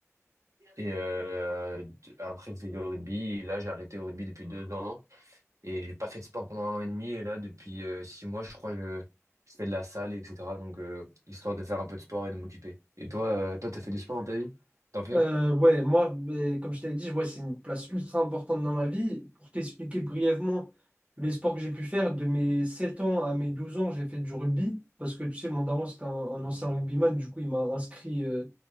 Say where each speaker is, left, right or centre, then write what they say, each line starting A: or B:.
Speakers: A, on the right; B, on the right.
A: Et euh, d- après, j'ai fait du rugby. Et là, j'ai arrêté au rugby depuis deux ans. Et j'ai pas fait de sport pendant un an et demi. Et là, depuis euh, six mois, je crois, je, je fais de la salle, etc. Donc, euh, histoire de faire un peu de sport et de m'occuper. Et toi, euh, toi, t'as fait du sport dans ta vie? T'en fais?
B: Euh, ouais, moi, ben, comme je t'avais dit, ouais, c'est une place ultra importante dans ma vie. Pour t'expliquer brièvement les sports que j'ai pu faire, de mes 7 ans à mes 12 ans, j'ai fait du rugby. Parce que tu sais, mon daron, c'était un, un ancien rugbyman. Du coup, il m'a inscrit. euh,